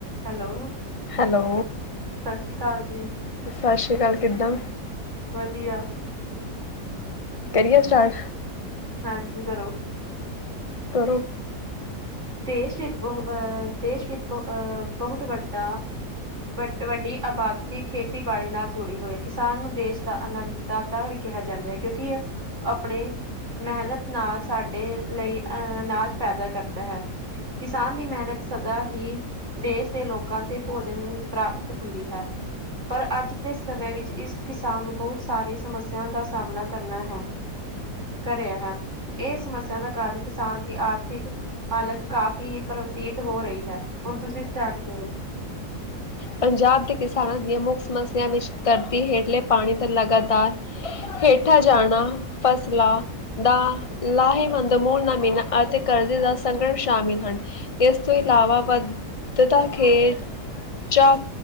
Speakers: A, on the right (about 40°); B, on the left (about 35°).
A: Hello,
B: hello,
A: ਸਸ੍ਰੀ ਕਾਲ ਜੀ।
B: ਸਾਸੀ ਕਾਲ, ਕਿੱਦਾਂ?
A: ਵਦੀਆ।
B: ਕਰੀਏ ਸਟਾਰਟ?
A: ਤੁਸੀਂ ਹਾਂਜੀ, ਕਰੋ।
B: ਕਰੋ।
A: ਦੇਸ਼ ਵਿੱਚ ਬਹੁ ਅ ਦੇਸ਼ ਵਿੱਚ ਬਹੁ ਅਹ ਬਹੁਤ ਵੱਡਾ ਵੱ ਵੱਡੀ ਆਬਾਦੀ ਖੇਤੀਬਾੜੀ ਨਾਲ ਜੁੜੀ ਹੋਈ ਹੈ, ਕਿਸਾਨ ਨੂੰ ਦੇਸ਼ ਦਾ ਆਨੰਦ। ਦਾਤਾ ਵੀ ਕਿਹਾ ਜਾਂਦਾ ਹੈ, ਕਿਉਂਕਿ ਆਪਣੇ ਮਿਹਨਤ ਨਾਲ ਸਾਡੇ ਲਈ ਅਹ ਅਨਾਜ ਪੈਦਾ ਕਰਦਾ ਹੈ ਕਿਸਾਨ ਦੀ ਮਿਹਨਤ ਸਦਾ ਹੀ ਦੇਸ ਦੇ ਲੋਕਾਂ ਤੇ ਭੋਜਨ ਪ੍ਰਾਪਤ ਹੁੰਦੀ ਹੈ। ਪਰ ਅੱਜ ਦੇ ਸਮੇ ਵਿੱਚ ਇਸ ਕਿਸਾਨ ਨੂੰ ਬਹੁਤ ਸਾਰੀਆਂ ਸਮੱਸਿਆ ਦਾ ਸਾਹਮਣਾ ਕਰਨਾ ਹੈ ਕਰਿਆ ਹਨ। ਇਹ ਸਮੱਸਿਆ ਦਾ ਕਾਰਨਾਂ ਕਿਸਾਨ ਦੀ ਆਰਥਿਕ, ਹਾਲਤ ਕਾਫ਼ੀ ਪ੍ਰਵਤੀਤ ਹੋ ਰਹੀ ਹੈ, ਹੁਣ ਤੁਸੀਂ ਸਟਾਰਟ ਕਰੋ
B: ਪੰਜਾਬ ਦੇ ਕਿਸਾਨਾਂ ਦੀਆਂ ਮੁੱਖ ਸਮੱਸਿਆ ਵਿੱਚ ਦਰਦ, ਹੇਠਲੇ ਪਾਣੀ ਦਾ ਲਗਾਤਾਰ, ਹੇਠਾਂ ਜਾਣਾ ਫਸਲਾਂ ਦਾ ਲਾਹੇਵੰਦ ਮੂਲ ਨਮੀਨਾ ਅਤੇ ਕਰਜ਼ੇ ਦਾ ਸੰਗਨ ਸ਼ਾਮਿਲ ਹਨ। ਇਸ ਤੋਂ ਇਲਾਵਾ ਵੱਧਤਾ ਖੇਤ ਚਾ